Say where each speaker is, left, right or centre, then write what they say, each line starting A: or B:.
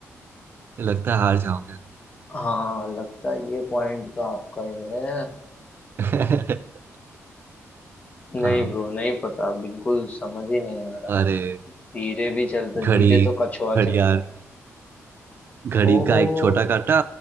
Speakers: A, on the right; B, on the left.
A: लगता है हार जाओगे
B: हाँ लगता है ये पॉइंट तो आपका ही है
A: <laughs>
B: नहीं
A: हाँ,
B: ब्रो नहीं पता बिल्कुल समझ ही नहीं आ रहा है
A: अरे
B: धीरे भी चलता है
A: घड़ी
B: धीरे तो कछुआ
A: घड़ियाल
B: चलता है
A: घड़ी
B: ओह
A: का एक छोटा काटा